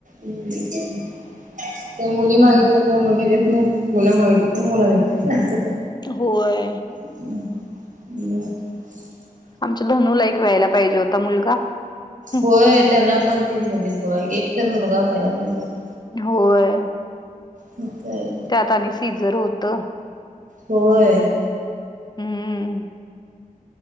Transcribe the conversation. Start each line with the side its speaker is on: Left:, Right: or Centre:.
Right: हम्म ते मुली
Left: हम्म.
Right: मागित ल्यात. त मुलीगी देत नाही मुलं मागितली तर मुल देत नाही असं.
Left: होय.
Right: हम्म अम <inaudible>
Left: आमच्या धनूला एक व्यायला पाहिजे होता मुलगा. हम्म.
Right: होय त्यांना पण तीन मुलीच बुआ एक तर मुलगा व्हायला पाहीजे होता.
Left: होय.
Right: ठीक आहे.
Left: त्यात आता णि सिझर होत.
Right: होय.
Left: हम्म.